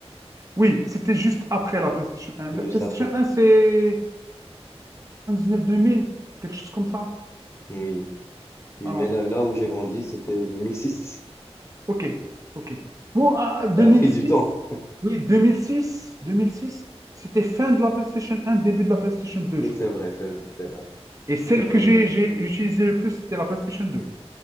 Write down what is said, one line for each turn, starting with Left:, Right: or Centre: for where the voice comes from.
Right: Oui, c'était juste après la PlayStation 1.
Left: juste
Right: La PlayStation
Left: après.
Right: 1, c'est neuf deux mille, quelque chose comme ça.
Left: Oui, oui,
Right: Voilà.
Left: mais là, là où j'ai grandi, c'était 2006.
Right: OK, OK. Bon, à
Left: <laughs>
Right: deux
Left: Ça a
Right: mille
Left: pris
Right: six.
Left: du temps.
Right: oui, deux deux mille six, deux mille six. c'était fin de la PlayStation un, début de la PlayStation deux,
Left: Oui,
Right: je
Left: C'est
Right: crois.
Left: vrai, c'est vrai, c'est vrai.
Right: Et celle
Left: C'est vrai,
Right: que j'ai
Left: j'ai-
Right: j'ai utilisée le plus, c'était la PlayStation deux.